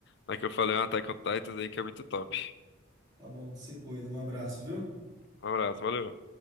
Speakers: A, on the left (about 55°); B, on the right (about 20°).
A: na que eu falei, na Attack on Titans aí, que é muito top.
B: Tá bom, se cuida. Um abraço, viu?
A: Um abraço, valeu.